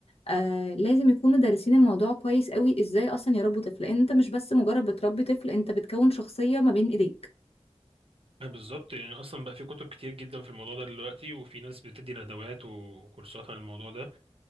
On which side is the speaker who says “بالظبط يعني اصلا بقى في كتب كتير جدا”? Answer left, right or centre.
Right